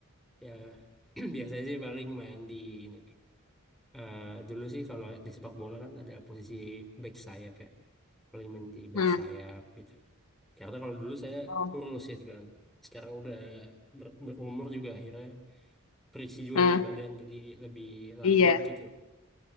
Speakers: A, in the centre; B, on the left (about 80°).
A: Ya <clears throat> biasanya sih paling main di ini Kak. Eh, dulu sih kalau di sepak bola kan ada posisi back sayap ya. Paling main di back
B: Hmm.
A: sayap gitu. Karena kalau dulu saya
B: Oh.
A: kurus itu kan. Sekarang udah ber- berumur juga akhirnya terisi juga
B: Hmm,
A: kan badan jadi lebih lambat
B: iya.
A: gitu.